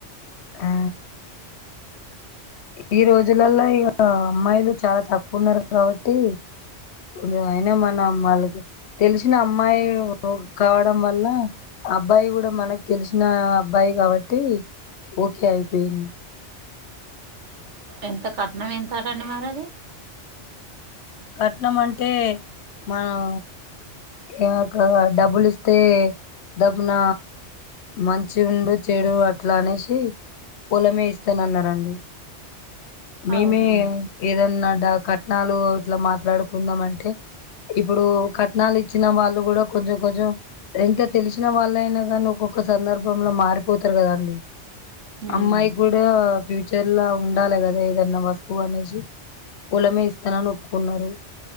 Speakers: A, on the left; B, on the right.
A: ఆ ఈ రోజులలో ఇక అమ్మాయిలు చాలా తక్కువ ఉన్నారు కాబట్టి కొది అయినా మన అమ్మలకి తెలిసిన అమ్మాయి కావడం వల్ల అబ్బాయి కూడా మనకు తెలిసిన అబ్బాయి కాబట్టి ఓకే అయిపోయింది
B: ఎంత కట్నం ఎంతటండి మరి అది
A: కట్నం అంటే మనం ఇక డబ్బులి ఇస్తే డబ్బున మంచి ఉండు చెడు అట్లా అనేసి పొలమే ఇస్తానన్నండి మేమే
B: అవునా
A: ఏదన్నా ఇ కట్నాలు ఇట్లా మాట్లాడుకుందాం అంటే ఇప్పుడు కట్నాలు ఇచ్చిన వాళ్ళు కూడా కొంచెం కొంచెం ఎంత తెలిసిన వాళ్ళ అయినా కా ను్వు ఒక సందర్భంలో మారిపోతారు కదాండి
B: ఉమ్
A: అమ్మాయి కూడా ఫ్యూచర్లా ఉండాలి కదా ఏదన్నా వస్తువు అనేసి పూలమే ఇస్తానని ఒప్పుకున్నారు